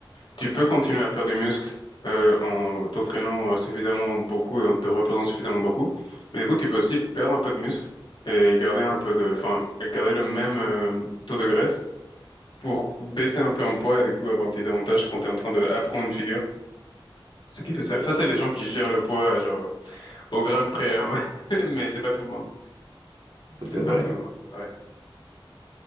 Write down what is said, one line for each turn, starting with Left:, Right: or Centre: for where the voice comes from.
Left: Tu peux continuer à faire du muscle euh, en t'entraînant euh, suffisamment beaucoup et en te reposant suffisamment beaucoup. Mais du coup, tu peux aussi perdre un peu de muscle et garder un peu de, enfin, garder le même euh, taux de graisse pour baisser un peu en poids et du coup avoir un petit avantage quand tu es en train d'apprendre une figure. Ce qui peut, ça, ça, c'est les gens qui gèrent le poids genre euh, au gramme près, hein. <laughs> Mais c'est pas tout le monde.
Right: ça
Left: C'est
Right: c'est vrai.
Left: pas tout le monde. Ouais.